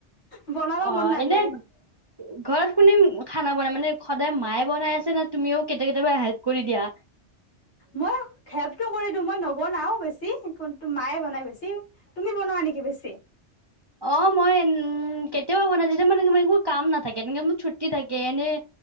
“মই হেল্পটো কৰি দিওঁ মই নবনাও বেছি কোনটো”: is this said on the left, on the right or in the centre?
Left